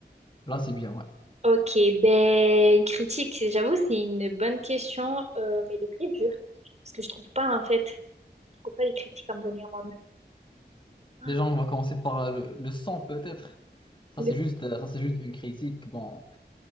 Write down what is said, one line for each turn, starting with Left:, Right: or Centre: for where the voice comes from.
Left: Là, c'est bien, ouais.
Right: Ok, ben, une critique, c'est- j'avoue, c'est une bonne question, euh, mais elle est très dure. Parce que je trouve pas, en fait. Je trouve pas les critiques à me donner à moi-même. Ah,
Left: Déjà, on va commencer par euh, le, le son, peut-être. Ça,
Right: le-
Left: c'est juste, euh, ça, c'est juste une critique. Bon,